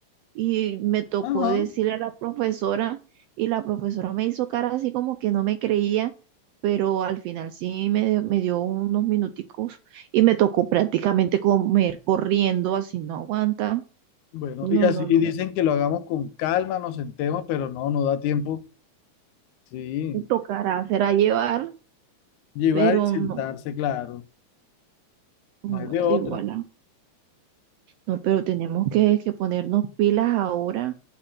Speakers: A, on the right; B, on the left.
A: y me tocó
B: Ajá.
A: decirle a la profesora y la profesora me hizo cara así como que no me creía, pero al final sí me, me dio unos minuticos y me tocó prácticamente comer corriendo, así no aguanta.
B: Bueno,
A: No,
B: y así
A: no, no.
B: y dicen que lo hagamos con calma, nos sentemos, pero no, no da tiempo. Sí,
A: Tocará, será llevar,
B: llevar
A: pero
B: y sentarse,
A: no,
B: claro,
A: no,
B: no hay de otra.
A: de igual. No, pero tenemos que, que ponernos pilas ahora